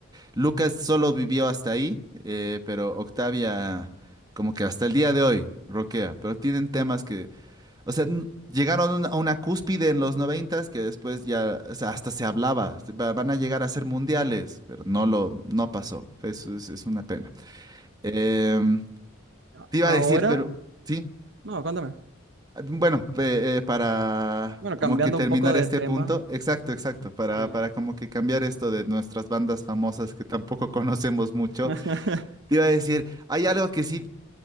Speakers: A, on the right (about 20°); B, on the right (about 60°).
A: Lucas solo vivió hasta ahí, eh, pero Octavia como que hasta el día de hoy roquea, pero tienen temas que, o sea, n- llegaron a una a una cúspide en los noventas que después ya, o sea, hasta se hablaba, se va- van a llegar a ser mundiales, pero no lo, no pasó, eso es, es una pena. Em,
B: A-
A: te
B: Ahora,
A: iba a decir, pero, sí,
B: no, cuéntame.
A: bueno, pe- eh, para...
B: Bueno,
A: Como
B: cambiando
A: que terminar
B: un poco de
A: este
B: tema.
A: punto, exacto, exacto, para,
B: Sí.
A: para como que cambiar esto de nuestras bandas famosas que tampoco <laughs> conocemos mucho
B: <laughs>
A: Te iba a decir, hay algo que sí